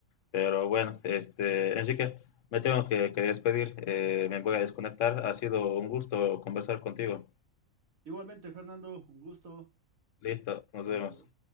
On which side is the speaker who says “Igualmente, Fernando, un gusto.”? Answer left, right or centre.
Right